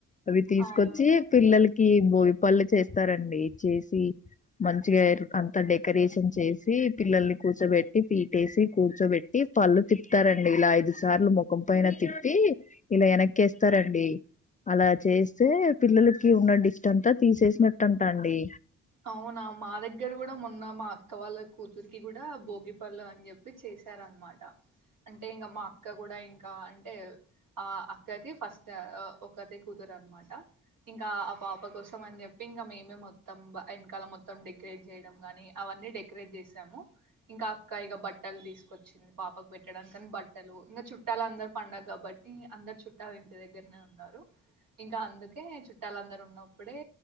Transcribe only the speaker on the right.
అవును
అవునా మా దగ్గర కూడా మొన్న మా అక్క వాళ్ళ కూతురికి కూడ్. డ భోగి పళ్ళు అని చెప్పి చేస్. రనమాట అంటే ఇంగా మా అక్క కూడా ఇంకా అంటే ఆ‌ అక్కకి ఫస్ట్ అ ఒకతే కూతురనమాట. ఇంకా ఆ పాప కోసమని చెప్పి ఇంకా మేమే మొత్తం వ ఎనకాల మొత్తం డెకరేట్ చేయడం కాని అవన్నీ డెకరేట్ చేసాము. ఇంకా అక్క ఇగ బట్టల్ తీసుకొచ్చింది పాపకు పెట్టడాని కనీ బట్టలు ఇంగా చుట్టాల అందరు పండగ కాబట్టి అందరు చుట్టాలు ఇంటి దగ్గరనే ఉన్నారు. ఇంకా అందుకే చుట్టాల అందరు ఉన్నప్పుడే